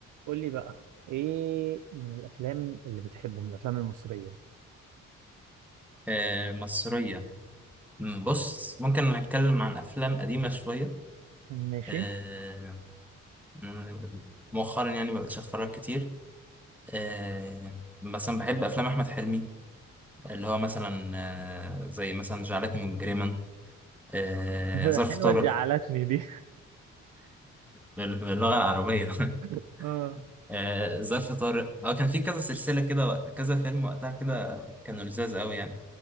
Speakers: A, on the right; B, in the centre.
A: قول لي بقى ايه من الافلام اللي بتحبه من الافلام المصريه
B: آه، مصرية مم، بص ممكن نتكلم عن أفلام قديمة شوية
A: ماشي
B: آه، مم، مؤخرا يعني ما بقتش أتفرج كتير آه، مثلا بحب أفلام أحمد حلمي اللي هو مثلا آه، زي مثلا جعلتني مجرما آه،
A: <laughs>
B: ظرف
A: حلوة
B: طارق
A: زعلتني دي
B: بال- باللغة العربية <laughs>
A: <laughs> اه
B: آه، ظرف طارق هو كان في كذا سلسلة كده وقت كذا فيلم وقتها كده كانوا لذاذ قوي يعني